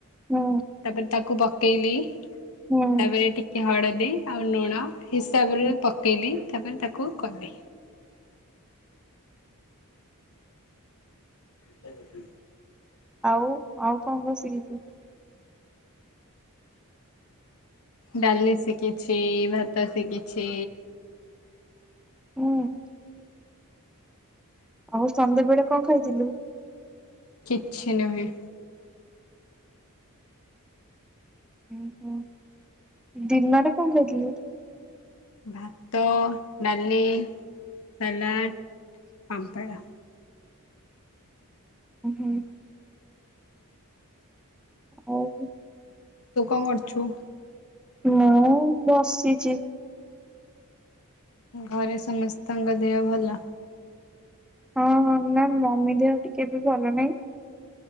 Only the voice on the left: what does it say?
ତାପରେ ତାକୁ ପକେଇଲି ତାପରେ
ଟିକେ କି ହଳଦୀ ଆଉ ଲୁଣ ହିସାବରେ
ପକେଇଲି ତାପରେ ତାକୁ କଲି। <unintelligible>
ଡାଲି ଶିଖିଛି ଭାତ ଶିଖିଛି।
କିଛି ନୁହେଁ।
ଭାତ ଡାଲି ସାଲାଡ଼ ପାମ୍ପଡ଼।
ତୁ କଣ କରୁଛୁ?
ଘରେ ସମସ୍ତଙ୍କ ଦେହ ଭଲ।